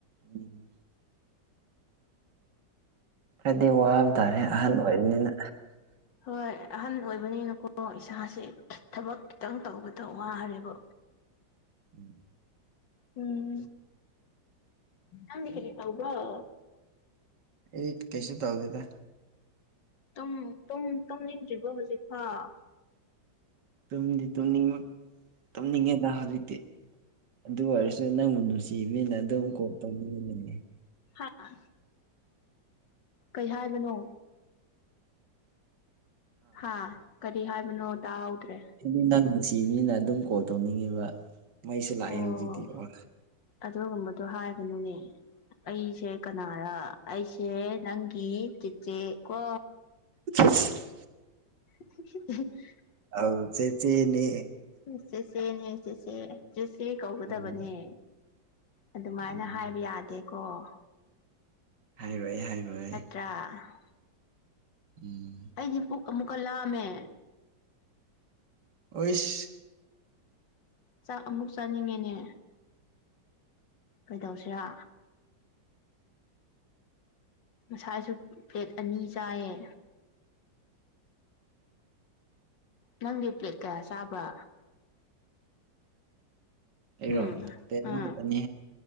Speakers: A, on the right; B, on the left.
A: ꯎꯝ ꯈꯔꯗꯤ ꯋꯥꯕ ꯇꯥꯔꯦ ꯑꯍꯟ ꯑꯣꯏꯕꯅꯤꯅ
B: ꯍꯣꯏ ꯑꯍꯟ ꯑꯣꯏꯕꯅꯤꯅꯀꯣ ꯏꯁꯥꯁꯦ ꯊꯕꯛ ꯈꯤꯇꯪ ꯇꯧꯕꯗ ꯇ ꯋꯥꯔꯦꯕ
A: ꯎꯝ
B: ꯎꯝ ꯅꯪꯗꯤ ꯀꯔꯤ ꯇꯧꯕ꯭ꯔꯣ
A: ꯑꯩꯗꯤ ꯀꯩꯁꯨ ꯇꯧꯗꯦꯗ
B: ꯇꯨꯝ ꯇꯨꯝ ꯇꯨꯝꯅꯤꯡꯗ꯭ꯔꯤꯕꯣ ꯍꯧꯖꯤꯛꯐꯥꯎ
A: ꯇꯨꯝꯗꯤ ꯇꯨꯝꯅꯤꯡꯕ ꯇꯨꯝꯅꯤꯡꯉꯦꯗ ꯍꯧꯖꯤꯛꯇꯤ ꯑꯗꯨ ꯑꯣꯏꯔꯁꯨ ꯅꯪꯕꯨ ꯅꯨꯡꯁꯤꯕꯅꯤꯅ ꯑꯗꯨꯝ ꯀꯣꯜ ꯇꯧꯅꯤꯡꯉꯤ
B: ꯍꯥ ꯀꯩ ꯍꯥꯏꯕꯅꯣ ꯍꯥ ꯀꯔꯤ ꯍꯥꯏꯕꯅꯣ ꯇꯥꯍꯧꯗ꯭ꯔꯦ
A: <unintelligible> ꯅꯪ ꯅꯨꯡꯁꯤꯕꯅꯤꯅ ꯑꯗꯨꯝ ꯀꯣꯜ ꯇꯧꯅꯤꯡꯉꯦꯕ ꯃꯩꯁꯨ ꯂꯥꯛꯑꯦ
B: ꯑꯣ
A: ꯍꯧꯖꯤꯛꯇꯤ ꯋꯥ
B: ꯑꯗꯨꯒꯨꯝꯕꯗꯣ ꯍꯥꯏꯒꯅꯨꯅꯦ ꯑꯩꯁꯦ ꯀꯅꯥꯔ ꯑꯩꯁꯦ ꯅꯪꯒꯤ ꯆꯤꯆꯦ ꯀꯣ
A: <unintelligible>
B: <unintelligible>
A: ꯑꯥꯎ ꯆꯦꯆꯦꯅꯦ
B: ꯎꯝ ꯆꯦꯆꯦꯅꯦ ꯆꯦꯆꯦ ꯆꯦꯆꯦ ꯀꯧꯒꯗꯕꯅꯦ
A: ꯎꯝ
B: ꯑꯗꯨꯃꯥꯏꯅ
A: ꯎꯝ
B: ꯍꯥꯏꯕ ꯌꯥꯗꯦꯀꯣ
A: ꯍꯥꯏꯔꯣꯏ ꯍꯥꯏꯔꯣꯏ
B: <unintelligible>
A: ꯎꯝ
B: ꯑꯩꯒꯤ ꯄꯨꯛ ꯑꯃꯨꯛꯀ ꯂꯥꯝꯃꯦ
A: ꯑꯩꯁ
B: ꯆꯥꯛ ꯑꯃꯨꯛ ꯆꯥꯅꯤꯡꯉꯦꯅꯦ ꯀꯩꯗꯧꯁꯤꯔ ꯉꯁꯥꯏꯁꯨ ꯄ꯭ꯂꯦꯠ ꯑꯅꯤ ꯆꯥꯏꯌꯦ ꯅꯪꯗꯤ ꯄ꯭ꯂꯦꯠ ꯀꯌꯥ ꯆꯥꯕ꯭ꯔꯥ
A: ꯑꯩꯔꯣ
B: ꯎꯝ
A: ꯄ꯭ꯂꯦꯠ ꯑꯃꯈꯛꯇꯅꯤ
B: ꯑ